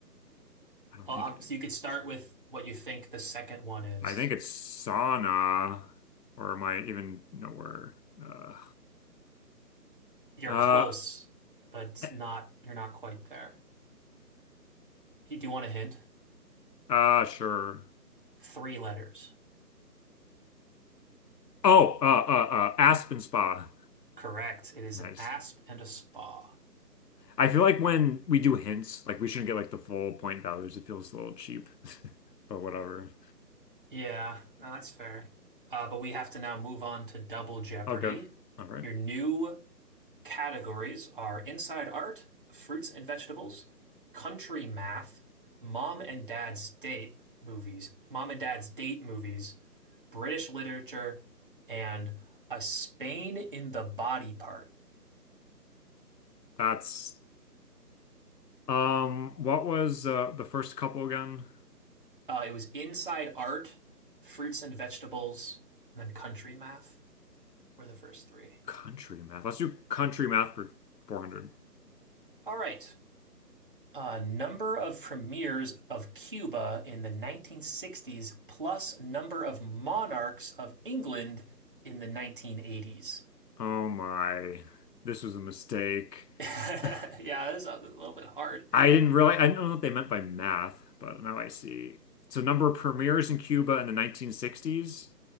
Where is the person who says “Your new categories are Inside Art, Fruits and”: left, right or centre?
Right